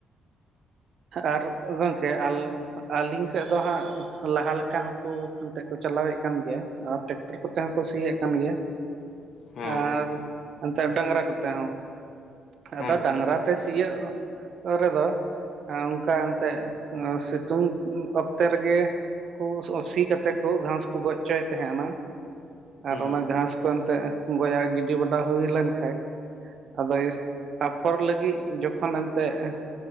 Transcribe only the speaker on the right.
ᱟᱨ ᱜᱚᱝᱠᱮ ᱟᱞ ᱟᱹᱞᱤᱧ ᱮᱠᱫᱚᱢ ᱦᱟᱸᱜ ᱞᱟᱦᱟ ᱞᱮᱠᱟ ᱦᱚᱸᱠᱚ ᱮᱱᱛᱮᱫ ᱠᱚ ᱪᱟᱞᱟᱣᱮᱫ ᱠᱟᱱ ᱜᱮᱭᱟ ᱟᱨ ᱴᱮᱠᱴᱟᱨ ᱠᱚᱛᱮ ᱦᱚᱸᱠᱚ ᱥᱤᱭᱮᱫ ᱠᱟᱱ ᱜᱮᱭᱟ
ᱟᱨ ᱮᱱᱛᱮᱜ ᱰᱟᱝᱨᱟ ᱠᱚᱛᱮ ᱦᱚᱸ ᱟᱫᱚ
ᱰᱟᱝᱨᱟ ᱛᱮ ᱥᱤᱭᱚᱜ ᱨᱮᱫᱚ᱾ ᱚᱱᱠᱟ ᱮᱱᱛᱮᱜ ᱥᱤᱛᱩᱝ ᱚᱠᱛᱮ ᱨᱮᱜᱮ ᱠᱩ ᱥᱤ ᱠᱟᱛᱮ ᱠᱚ ᱜᱷᱟᱸᱥ ᱠᱚ ᱜᱚᱡ ᱦᱚᱪᱚᱭᱮᱫ ᱛᱟᱦᱮᱸᱱᱟ ᱟᱨ
ᱚᱱᱟ ᱜᱷᱟᱸᱥ ᱮᱱᱛᱮᱫ ᱜᱚᱭᱟᱭ ᱜᱤᱰᱤ ᱵᱟᱰᱟ ᱦᱩᱭ ᱞᱮᱱ-ᱠᱷᱟᱡ᱾ ᱟᱫᱚ ᱟᱯᱷᱚᱨ ᱞᱟᱹᱜᱤᱫ ᱡᱚᱠᱷᱚᱱ ᱮᱱᱛᱮᱜ ᱮᱸ